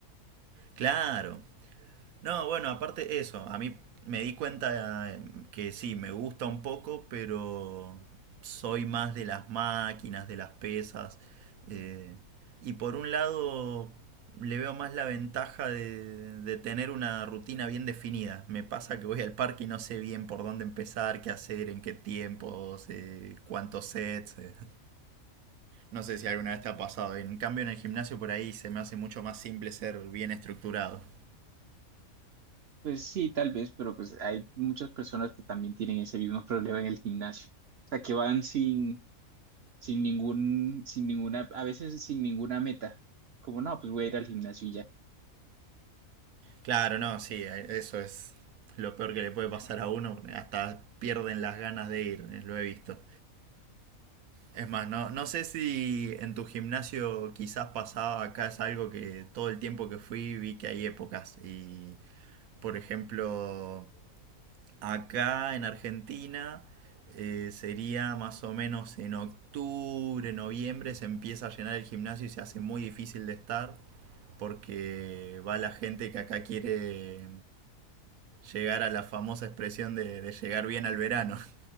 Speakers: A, on the right; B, on the right.
A: claro, No, bueno, aparte eso, a mí me di cuenta eh, que sí, me gusta un poco, pero soy más de las máquinas, de las pesas. eh, y por un lado le veo más la ventaja de, de tener una rutina bien definida. Me pasa que voy al parque y no sé bien por dónde empezar, qué hacer, en qué tiempos, eh, cuántos sets. eh. No sé si alguna vez te ha pasado. En cambio en el gimnasio por ahí se me hace mucho más simple ser bien estructurado.
B: Pues sí, tal vez, pero pues hay muchas personas que también tienen ese mismo problema en el gimnasio. O sea, que van sin, sin ningún, sin ninguna, a veces sin ninguna meta. Como no, pues voy a ir al gimnasio y ya.
A: Claro, no, sí, eh, eso es lo peor que le puede pasar a uno. Hasta pierden las ganas de ir, eh, lo he visto. Es más, no, no sé si en tu gimnasio quizás pasaba, acá es algo que todo el tiempo que fui vi que hay épocas. Y, por ejemplo, acá en Argentina eh, sería más o menos en octubre, noviembre, se empieza a llenar el gimnasio y se hace muy difícil de estar porque va la gente que acá quiere llegar a la famosa expresión de, de llegar bien al verano. <laughs>